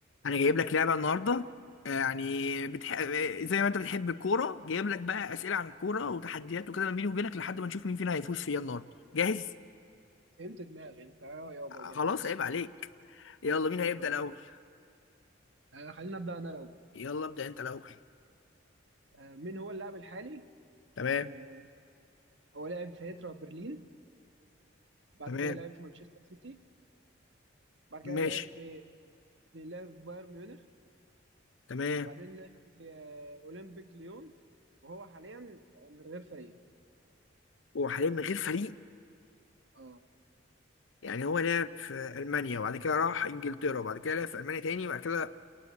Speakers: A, on the left; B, on the right.
A: انا جايب لك لعبه النهارده آه، يعني بتح... آه، زي ما انت بتحب الكوره جايب لك بقى اسئله عن الكوره وتحديات وكده ما بيني وبينك لحد ما نشوف مين فينا هيفوز فيها النهارده جاهز
B: فهمت دماغي انت اه يابا
A: آه،
B: جاهز
A: خلاص عيب عليك يلا مين هيبدا
B: يلا
A: الاول
B: آه خلينا نبدأ انا الاول
A: يلا ابدا انت الاول
B: آه مين هو اللاعب الحالي
A: تمام
B: آه هو لعب في هيترا برلين بعد
A: تمام
B: كده لعب في مانشستر سيتي بعد كده
A: ماشي
B: لعب في في لعب في بايرن ميونخ
A: تمام
B: وبعدين لعب في آه اولمبيك ليون وهو حاليا من غير فريق
A: وحاليا من غير فريق
B: اه
A: يعني هو لعب في المانيا وبعد كده راح انجلترا وبعد كده لعب في المانيا تاني وبعد كده